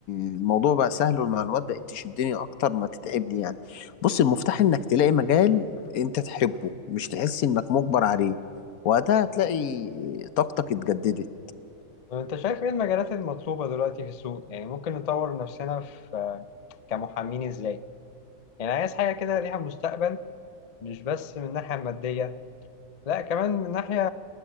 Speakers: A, on the left; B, on the left.
A: الموضوع بقى سهل والمعلومات بقت تشدني أكتر ما تتعبني يعني بص المفتاح إنك تلاقي مجال أنت تحبه مش تحس إنك مجبر عليه وقتها هتلاقي طاقتك اتجددت
B: طب أنت شايف إيه المجالات المطلوبة دلوقتي في السوق يعني ممكن نطور نفسنا في كمحامين إزاي يعني عايز حاجة كده ليها مستقبل مش بس من الناحية المادية لا كمان من ناحية